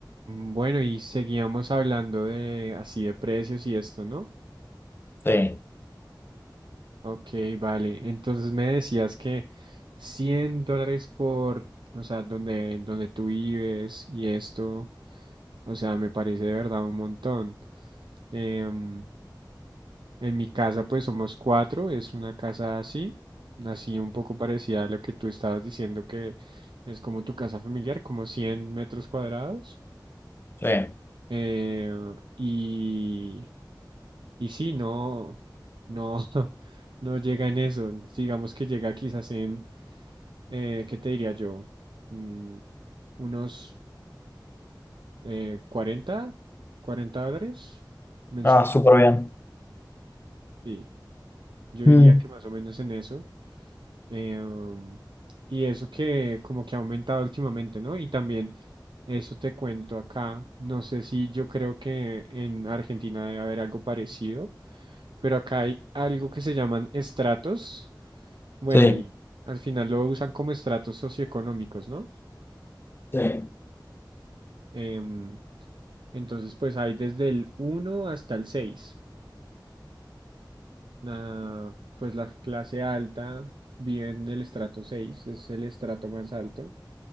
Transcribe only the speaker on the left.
Sí,
sí.
Ah, súper bien.
Mm,
sí.
Sí.